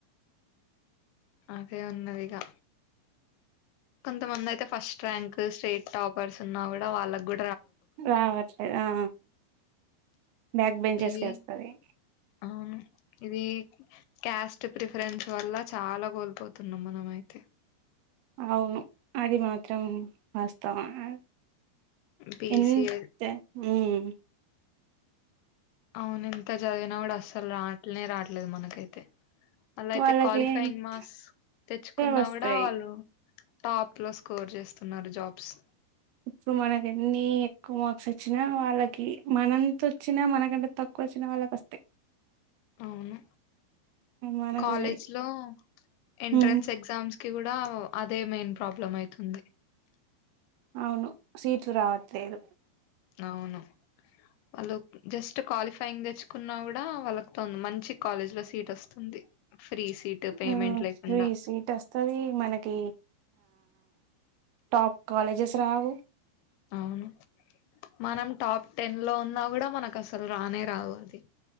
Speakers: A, on the left; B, on the right.
A: అదే ఉన్నదిగా కొంతమంది అయితే first rank straight top purse ఉన్నా కూడా వాళ్ళకు కూ
B: రావట్లేదు ఆ బ్యాక్ బెంచెస్కి
A: ఇవి
B: వస్తది
A: అవును ఇవి క్యాస్ట్ ప్రిఫరెన్స్ వల్ల చాలా కోల్పోతున్నాం మనం అయితే
B: అవును అది మాత్రం వాస్తవమే
A: బీసీఏ
B: ఎంత ఊమ్
A: అవును ఎంత చదివినా కూడా అసలు రాట్లేనే రాట్ లేదు మనకైతే అలా అయితే
B: వాళ్ళకి
A: క్వాలిఫయింగ్
B: ఎంతే
A: మార్క్స్ తెచ్చుకున్నా
B: వస్తాయి
A: కూడా వాళ్ళు టాప్ లో స్కోర్ చేస్తున్నారు జాబ్స్
B: ఇప్పుడు మనక ఎన్ని ఎక్కువ మార్క్స్ వచ్చినా వాళ్ళకి మనంత వచ్చినా మనకంటే తక్కువ వచ్చినా వాళ్ళకి వస్తాయి
A: అవును
B: మనకు
A: కాలేజ్ లో ఎంట్రన్స్
B: ఉమ్,
A: ఎగ్జామ్స్ కి కూడా అదే మెయిన్ ప్రాబ్లం అయితుంది
B: అవును సీట్ రావత్రేలు
A: అవును వాళ్ళు జస్ట్ క్వాలిఫయింగ్ తెచ్చుకున్నా కూడా వాళ్ళకుతోంది మంచి కాలేజ్ లో సీట్ వస్తుంది ఫ్రీ సీట్ పేమెంట్
B: ఆ
A: లేకుండా
B: ఫ్రీ సీట్ వస్తుది మనకి టాప్ కాలేజెస్ రావు
A: అవును మనం టాప్ టెన్ లో ఉన్నా కూడా మనకు అసలు రానే రావు అది